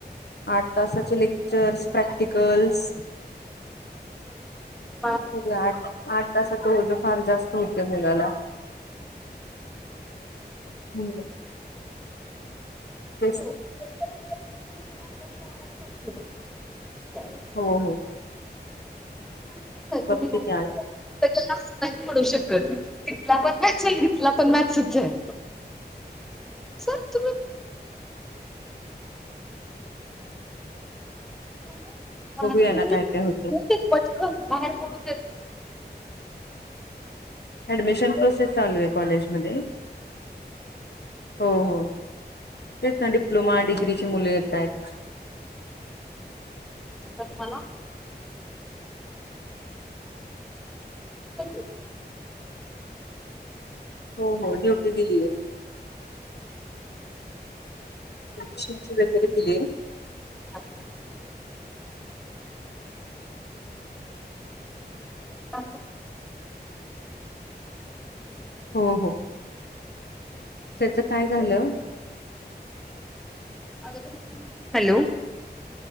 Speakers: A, on the left (about 70°); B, in the centre.
A: आठ तासाचे लेक्चर्स प्रॅक्टिकल्स....
B: हा...
A: हो आठ आठ तासात ओझ फार जास्त होत मुलाला.... हम्.... बस....
B: पाहिजे....
A: हो हो...
B: <unintelligible>
A: बघते की आज
B: ला नाही पडू शकत तिथला पण मॅथस आहे तिथला पण मॅथ्सच आहे.... सर तुम्ही.... <unintelligible>
A: बघूया ना काय काय होतंय ऍडमिशन प्रोसेस चालू आहे कॉलेजमध्ये.... हो हो तेच ना डिप्लोमा डिग्रीची मुलं येत आहेत....
B: का तुम्हाला? <unintelligible>
A: हो हो ड्युटी दिलीय... नश वगैरे दिले...
B: <unintelligible> या अस
A: हो हो त्याच काय झाले?
B: हॅलो...